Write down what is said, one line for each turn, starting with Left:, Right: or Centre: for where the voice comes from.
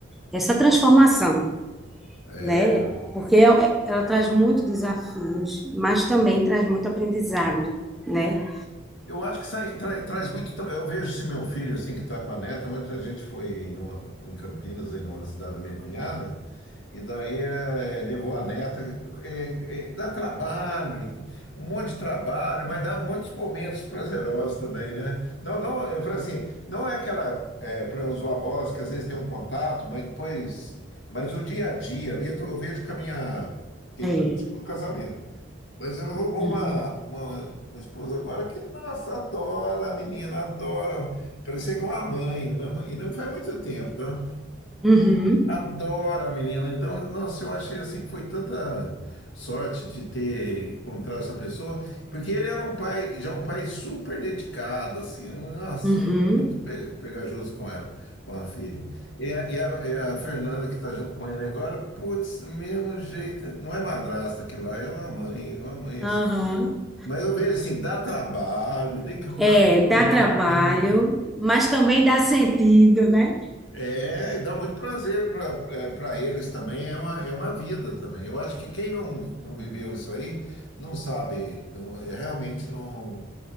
Centre: essa transformação,
Left: É,
Centre: né? Porque ela, ela traz muito desafios, mas também traz muito aprendizado, né?
Left: eu acho que sai, tra- traz muito. tra- Eu vejo esse meu filho assim que está com a neta. Ontem a gente foi numa- em Campinas, em uma cidade da minha cunhada. E daí eh, levou a neta. eh, eh, dá trabalho, um monte de trabalho, mas dá muitos momentos prazerosos também, né? Não, não, eu falo assim, não é aquela, para os avós que às vezes tem um contato, mas depois. Mas o dia a dia ali, eu, tô- eu vejo que a minha. Que
Centre: É.
Left: ele tá no segundo casamento. Mas ela arrumou
Centre: Uhum,
Left: uma, uma, uma esposa agora que, nossa, adora a menina, adora. Parecia com a mãe, uma mãe- e não faz muito tempo, né?
Centre: uhum,
Left: Adora, a menina. Então, nossa, eu achei assim, foi tanta sorte de ter encontrado essa pessoa, porque ele era um pai, já um pai super dedicado, assim, nossa,
Centre: uhum,
Left: muito pe- pegajoso com ela, com a filha. E a, e a- e a Fernanda, que está junto com ele agora, putz, mesmo jeito, não é madrasta aquilo lá, é uma mãe, uma mãe assim.
Centre: aham.
Left: Mas eu vejo assim, dá trabalho, tem que arrumar
Centre: É, dá
Left: comida,
Centre: trabalho,
Left: tem.
Centre: mas também dá sentido, né?
Left: É, dá muito prazer para é, pra eles também, é uma, é uma vida também. Eu acho que quem não, não viveu isso aí não sabe, não- é, realmente não,